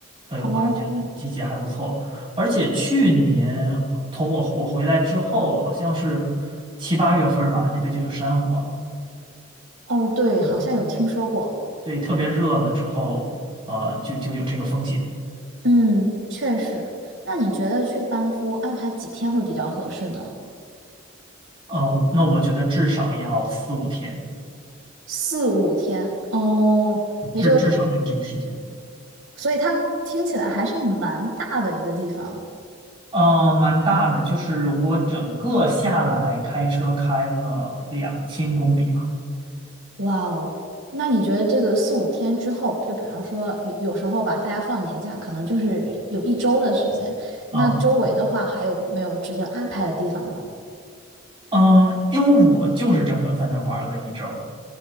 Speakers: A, on the right; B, on the right.
A: 所以我还觉得季节还不错。
B: 哦，
A: 而且去年从我我回来之后，好像是七八月份儿吧，那边就有山火了，
B: 哦，对，
A: 嗯，
B: 好像有听说过。
A: 对，特别热了之后，呃，就就有这个风险。
B: 嗯，确实。那你觉得去班夫安排几天会比较合适呢？
A: 嗯，那我觉得至少要四五天。
B: 四五天。哦，也就是，
A: 至至少要这个时间。
B: 所以它听起来还是蛮大的一个地方。
A: 呃，蛮大的，就是我整个下来开车开了两千公里吧。
B: 哇哦，那你觉得这个四五天之后，就比方说有有时候吧，大家放年假可能就是有一周的时间，那周围的话还有没有值得安排的地方呢？
A: 啊，嗯，因为我就是整整在那儿玩了一周